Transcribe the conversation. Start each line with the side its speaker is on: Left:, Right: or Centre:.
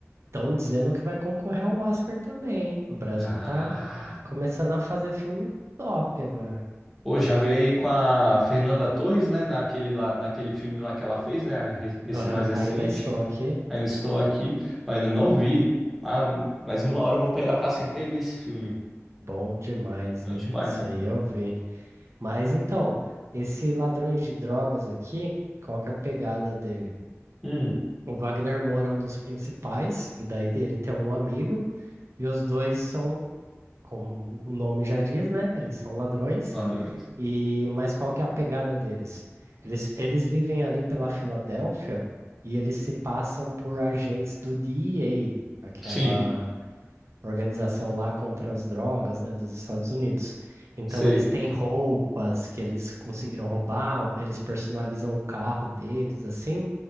Right: estão dizendo que vai concorrer ao Oscar também, hein? O Brasil
Centre: Cara.
Right: tá começando a fazer filme top agora.
Centre: Pô, já veio aí com a Fernanda Torres, né? Naquele, lá, naquele filme lá que ela fez, né? re- Esse
Right: Aham,
Centre: mais recente.
Right: ainda estou aqui.
Centre: Ainda estou aqui, mas ainda não vi. Ah, mas uma hora eu vou pegar pra sentar e ver esse filme.
Right: Bom demais,
Centre: Bom
Right: hein?
Centre: demais,
Right: Isso
Centre: né?
Right: aí eu vi. Mas então, esse Ladrões de Drogas aqui, qual que é a pegada dele?
Centre: Hum,
Right: O Wagner Moura é um dos principais, e daí ele tem um amigo, e os dois são, como o nome já diz, né? Eles são ladrões.
Centre: ladrões.
Right: E mas qual que é a pegada deles? Eles, eles vivem ali pela Filadélfia e eles se passam por agentes do DEA, aquela
Centre: Sim,
Right: organização lá contra as drogas, né, dos Estados Unidos. Então
Centre: sei,
Right: eles têm roupas que eles conseguiram roubar, eles personalizam o carro deles assim,